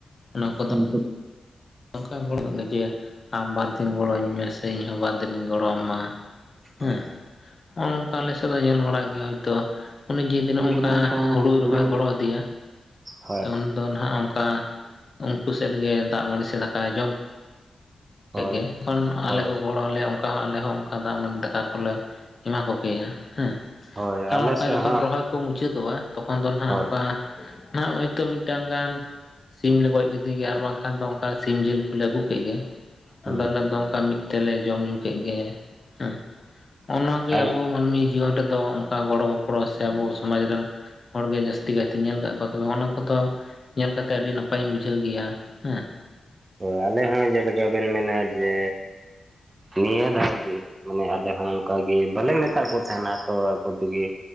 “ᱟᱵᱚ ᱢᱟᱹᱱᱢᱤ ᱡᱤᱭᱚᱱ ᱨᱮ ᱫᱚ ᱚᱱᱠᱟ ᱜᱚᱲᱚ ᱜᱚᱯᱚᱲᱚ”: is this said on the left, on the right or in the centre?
Left